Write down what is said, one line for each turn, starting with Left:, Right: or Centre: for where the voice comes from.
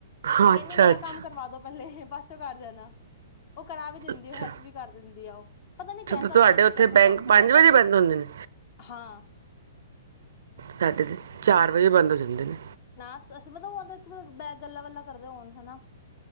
Right: ਹਾਂ
Left: ਮੈਂ ਕਹਿੰਦੀ
Right: ਅੱਛਾ-ਅੱਛਾ,
Left: ਮੇਰਾ ਕੰਮ ਕਰਵਾ ਦੋ ਪਹਿਲੇ ਬੱਚ ਕਰ ਜਾਣਾ ਉਹ ਕਰਾ ਵੀ ਦਿੰਦੀ
Right: ਅੱਛਾ
Left: ਆ ਹੈਲਪ
Right: ਅੱਛਾ
Left: ਵੀ ਕਰ ਦਿੰਦੀ ਆ ਉਹ ਪਤਾ
Right: ਅੱਛਾ
Left: ਨੀ ਕੈਸਾ
Right: ਤੁਹਾਡੇ
Left: ਬੈਂਕ
Right: ਉੱਥੇ
Left: ਕਸਾ
Right: ਬੈਂਕ
Left: ਕੰਮ ਖ਼ਰਾਬ
Right: ਪੰਜ ਵਜੇ
Left: ਕਰਦਾ
Right: ਬੰਦ ਹੁੰਦੇ ਨੇ
Left: ਹਾਂ
Right: ਸਾਡੇ ਤੇ ਚਾਰ ਵਜੇ ਬੰਦ ਹੋ ਜਾਂਦੇ ਨੇ
Left: ਨਾ ਅਸੀਂ ਮਲਬ ਬੈ ਗੱਲਲਾ ਵੱਲਲਾ ਕਰਦੇ ਹੋਣ ਹਨਾ